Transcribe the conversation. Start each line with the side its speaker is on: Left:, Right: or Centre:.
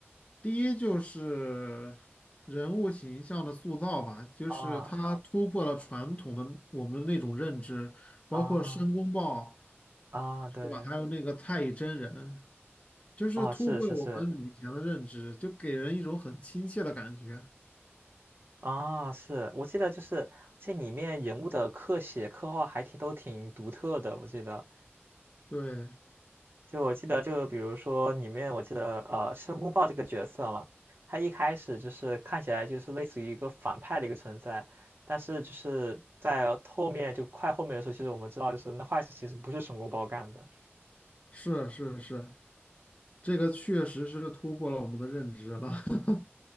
Left: 第一就是人物形象的塑造吧，就是它突破了传统的我们的那种认知，
Right: 啊
Left: 包括申公豹，
Right: 啊啊，对，
Left: 对吧？还有那个太乙真人，就是突破了我们以前的认知，
Right: 哦，是是是，
Left: 就给人一种很亲切的感觉。
Right: 啊，是，我记得就是，而且里面人物的刻写、刻画还挺都挺独特的，我记得，
Left: 对，
Right: 就我记得就比如说里面我记得呃申公豹这个角色嘛，他一开始就是看起来就是类似于一个反派的一个存在，但是就是在后面就快后面的时候，其实我们知道就是那坏事其实不是申公豹干的。
Left: 是是是，这个确实是突破了我们的认知了。<laughs>